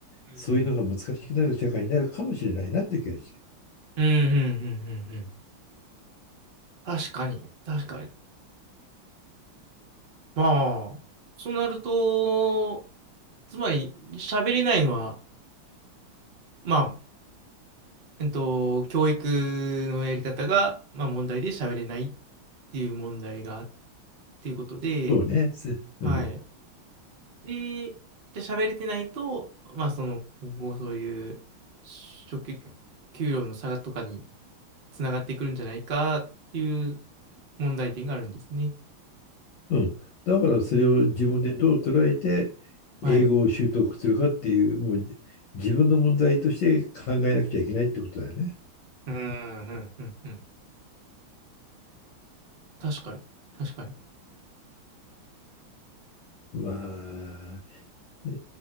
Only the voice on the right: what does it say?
うん、うん、うん、うん、うん。うん確かに。確かに。まあ、そうなると、つまり、喋れないのは、まあ、えっと、教育のやり方が、まあ、問題で喋れないっていう問題があっていうことで、
はい。で、で喋れてないと、まあ、その、今後そういう職、給料の差とかにつながってくるんじゃないかっていう問題点があるんですね。
うん。はい。
うん、うん、うん、うん。確かに。確かに。